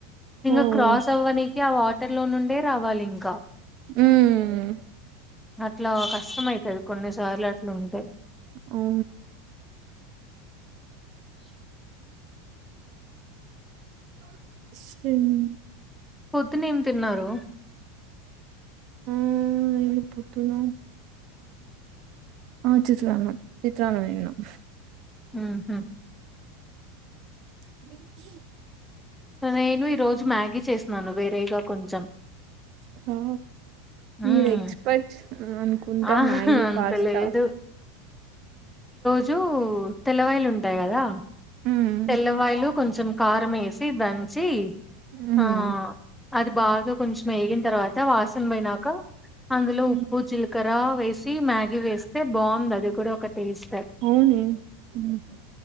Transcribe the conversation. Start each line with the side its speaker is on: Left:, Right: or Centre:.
Centre: ఇంకా
Right: ఓహ్!
Centre: క్రాస్ అవ్వడానికి ఆ వాటర్ లో నుండే రావాలి ఇంకా
Right: ఉమ్
Centre: అట్లా కష్టమ అవుతుది కొన్నిసార్లు అట్లా ఉంటాయి
Right: అఓ
Centre: <unintelligible>
Right: హ <unintelligible>
Centre: పొద్దున్న ఏం తిన్నారు
Right: ఆ నేను ప్రొద్దున ఆ చిత్రనం చిత్రానంమం
Centre: హమ్
Right: <unintelligible>
Centre: నేను ఈరోోజు మ్యాగీ చేసినాను వేరేగా కొంచెం
Right: హ మీరు
Centre: మ్మ్.
Right: ఎక్స్పర్ట్స్ అనుకుంటా
Centre: ఆహా
Right: మ్యాగీ
Centre: అంత
Right: పాస్తా
Centre: లేదు రజు తెల్లవాయిలు ఉంటాయి కదా
Right: హ్మ్.
Centre: తెల్లవాయలు కొంచెం కారం వేసి దంచి
Right: హ్మ్.
Centre: ఆ అది బాగా కొంచెం వేగిన తర్వాత వాసన పోయినాక అందులో
Right: హ్మ్.
Centre: ఉప్పు జీలకర్ర వేసి మ్యాగీ వేస్తే బాగుంది అది కూడా ఒక రీస్ట్
Right: అవునే హ్మ్.